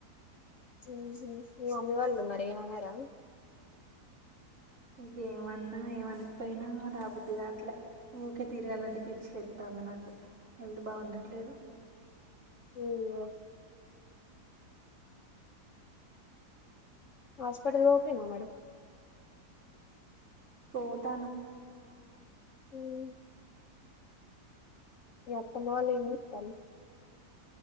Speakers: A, on the left (about 55°); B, on the right (about 40°).
A: హు మమ్మీ వాళ్ళు మరి ఏమన్నారా
B: ఇంకేమన్నా ఏమనకపోయినా రాబుద్ది గాట్లే ఊకే తిరగాలంటే పిచ్చి లేస్తోంది వుంది నాకు హెల్త్ బాగుండట్లేదు
A: ఉయ్యో హాస్పిటల్ పో పోయినవ్ మరే
B: పోతన
A: <inaudible> మీ అత్తమ్మ వాళ్లు ఏం చేత్తాలు